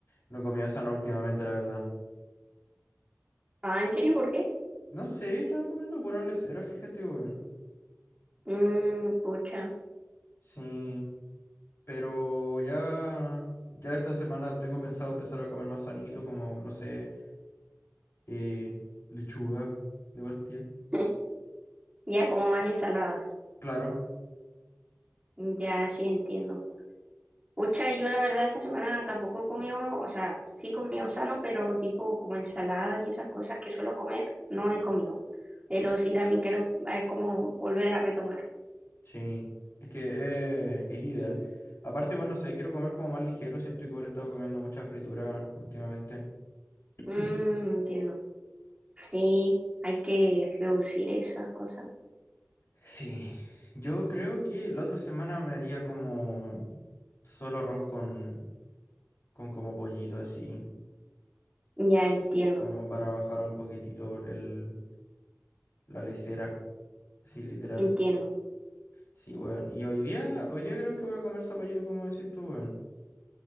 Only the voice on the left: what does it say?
no comí sano últimamente, la verdad.
No sé, estaba comiendo pura lesera, fíjate, weón.
Sí, pero ya, ya esta semana tengo pensado empezar a comer más sanito, como, no sé, eh, lechuga de partida.
Claro,
sí. Es que eh, es ideal. Aparte, igual no sé, quiero comer como más ligero. Siento que igual he estado comiendo mucha fritura últimamente.
Mm.
Sí. Yo creo que la otra semana me haría como solo arroz con, con como pollito así,
como para bajar un poquitito el, la lesera, sí literal.
Sí, weón. Y hoy día, hoy día creo que voy a comer zapallito como decís tú, weón.